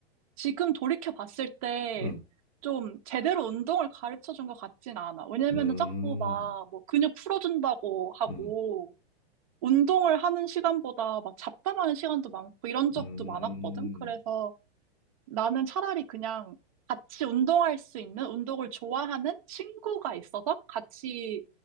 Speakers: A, on the right; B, on the left.
A: 지금 돌이켜 봤을 때
B: 음,
A: 좀 제대로 운동을 가르쳐 준 것 같진 않아. 왜냐면은
B: 음.
A: 자꾸 막 뭐 근육 풀어준다고 하고
B: 음,
A: 운동을 하는 시간보다 막 잡담하는 시간도 많고 이런 적도
B: 음,
A: 많았거든. 그래서 나는 차라리 그냥 같이 운동할 수 있는 운동을 좋아하는 친구가 있어서 같이